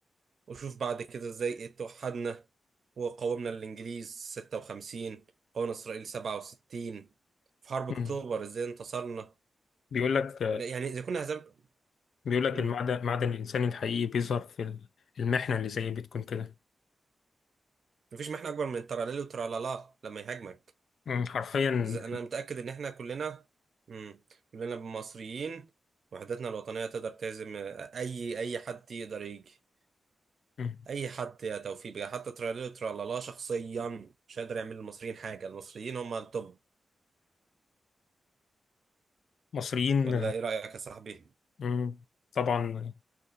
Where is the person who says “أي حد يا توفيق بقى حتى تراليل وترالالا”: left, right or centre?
Right